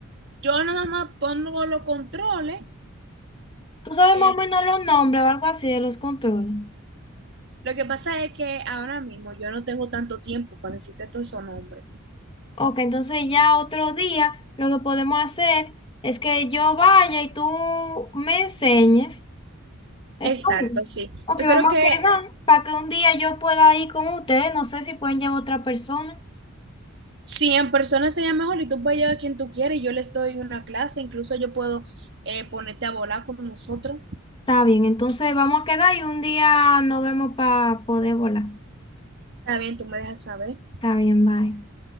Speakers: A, on the right; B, on the left.
A: yo nada más pongo los controles.
B: Tú sabes
A: eh,
B: más o menos los nombres o algo así de los controles.
A: lo que pasa es que ahora mismo yo no tengo tanto tiempo para decirte todos esos nombres.
B: Ok, entonces ya otro día lo que podemos hacer es que yo vaya y tú me enseñes. Está
A: Exacto,
B: bien.
A: sí.
B: Ok,
A: Yo creo
B: vamos
A: que
B: a quedar para que un día yo pueda ir con ustedes. No sé si pueden llevar otra persona.
A: Si en persona sería mejor y tú puedes llevar a quien tú quieres, yo les doy una clase, incluso yo puedo eh, ponerte a volar con nosotros.
B: Está bien, entonces vamos a quedar y un día nos vemos para poder volar.
A: Está bien, tú me dejas saber.
B: Está bien, bye.